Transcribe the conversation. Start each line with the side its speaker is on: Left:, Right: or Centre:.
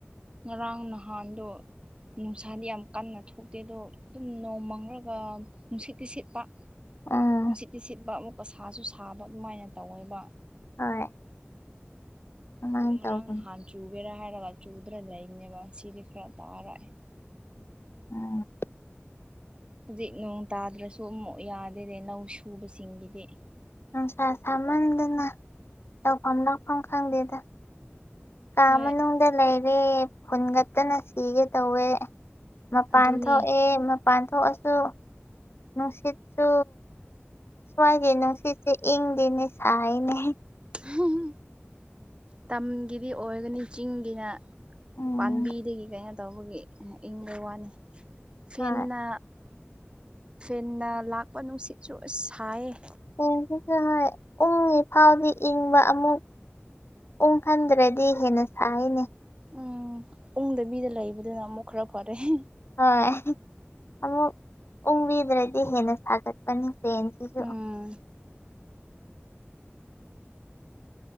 Right: ꯉꯔꯥꯡ ꯅꯍꯥꯟꯗꯣ ꯅꯨꯡꯁꯥꯗꯤ ꯌꯥꯝ ꯀꯟꯅ ꯊꯣꯛꯇꯦ ꯗꯣ ꯑꯗꯨꯝ ꯅꯣꯡ ꯃꯪꯂꯒ ꯅꯨꯡꯁꯤꯠꯇꯤ ꯁꯤꯠꯄ
Left: INAUDIBLE
Right: ꯅꯨꯡꯁꯤꯠꯇꯤ ꯁꯤꯠꯄ ꯑꯃꯨꯛꯀ ꯁꯥꯁꯨ ꯁꯥꯕ ꯑꯗꯨꯃꯥꯏꯅ ꯇꯧꯋꯦꯕ
Left: ꯍꯣꯏ ꯑꯗꯨꯃꯥꯏꯅ
Right: ꯗꯣ ꯉꯔꯥꯡ
Left: ꯇꯧꯕꯅꯤ
Right: ꯅꯍꯥꯟ ꯆꯨꯒꯦꯔꯥ ꯍꯥꯏꯔꯒ ꯆꯨꯗ꯭ꯔ ꯂꯩꯕꯅꯦꯕ ꯁꯤꯗꯤ ꯈꯔ ꯇꯥꯔꯛꯑꯦ
Left: ꯎꯪꯎꯪ
Right: ꯍꯧꯖꯤꯛ ꯅꯣꯡ ꯇꯥꯗ꯭ꯔꯁꯨ ꯑꯃꯨꯛ ꯌꯥꯗꯦꯗ ꯂꯧ ꯁꯨꯕꯁꯤꯡꯒꯤꯗꯤ
Left: ꯅꯨꯡꯁꯥ ꯁꯥꯃꯟꯗꯅ ꯇꯧꯐꯝ ꯂꯥꯛꯐꯝ ꯈꯪꯗꯦꯗ ꯀꯥ
Right: ꯍꯣꯏ
Left: ꯃꯅꯨꯡꯗ ꯂꯩꯔꯦ ꯐꯨꯟꯒꯠꯇꯅ ꯁꯤꯒꯦ ꯇꯧꯋꯦ ꯃꯄꯥꯟ
Right: ꯑꯗꯨꯅꯦ
Left: ꯊꯣꯛꯑꯦ ꯃꯄꯥꯟ ꯊꯣꯛꯑꯁꯨ ꯅꯨꯡꯁꯤꯠꯇꯨ ꯁ꯭ꯋꯥꯏꯒꯤ ꯅꯨꯡꯁꯤꯠꯇꯤ ꯏꯪꯗꯦꯅꯦ ꯁꯥꯏꯅꯦ
Right: ꯏꯍꯤ ꯍꯨꯡ ꯇꯝꯒꯤꯗꯤ ꯑꯣꯏꯒꯅꯤ ꯆꯤꯡꯒꯤꯔ
Left: ꯎꯝ
Right: ꯄꯥꯝꯕꯤꯗꯒꯤ ꯀꯩꯅꯣ ꯇꯧꯕꯒꯤ ꯏꯪꯕ ꯋꯥꯅꯤ ꯐꯦꯟꯅ
Left: ꯍꯣꯏ
Right: ꯐꯦꯟꯅ ꯂꯥꯛꯄ ꯅꯨꯡꯁꯤꯠꯁꯨ ꯑꯥꯁ ꯁꯥꯏꯌꯦ
Left: ꯐꯦꯟꯁꯤꯁꯨ ꯍꯣꯏ ꯎꯪꯉꯤ ꯐꯥꯎꯗꯤ ꯏꯪꯕ ꯑꯃꯨꯛ ꯎꯪ ꯍꯟꯗ꯭ꯔꯗꯤ ꯍꯦꯟꯅ ꯁꯥꯏꯑꯦꯅꯦ
Right: ꯎꯝ ꯎꯪꯗꯕꯤꯗ ꯂꯩꯕꯗꯨꯅ ꯑꯃꯨꯛ ꯈꯔ ꯐꯔꯦ ꯍꯤ
Left: ꯍꯣꯏ ꯑꯃꯨꯛ ꯎꯪꯕꯤꯗ꯭ꯔꯗꯤ ꯍꯦꯟꯅ ꯁꯥꯒꯠꯄꯅꯤ ꯐꯦꯟꯁꯤꯁꯨ
Right: ꯎꯝ